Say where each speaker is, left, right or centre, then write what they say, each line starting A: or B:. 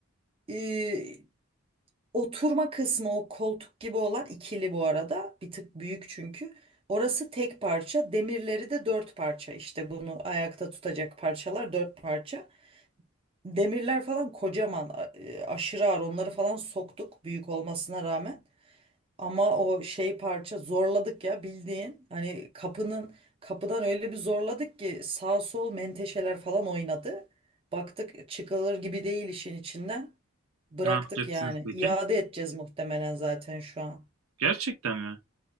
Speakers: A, on the right; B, on the right.
A: e, oturma kısmı o koltuk gibi olan ikili bu arada bir tık büyük çünkü. Orası tek parça demirleri de dört parça işte bunu ayakta tutacak parçalar dört parça. Demirler falan kocaman, a- e, aşırı ağır. Onları falan soktuk büyük olmasına rağmen. Ama o şey parça zorladık ya bildiğin. Hani kapının kapıdan öyle bir zorladık ki sağ sol menteşeler falan oynadı. Baktık çıkılır gibi değil işin içinden. Bıraktık
B: Ne yapacaksınız
A: yani.
B: peki?
A: İade edeceğiz muhtemelen zaten şu an.
B: Gerçekten mi?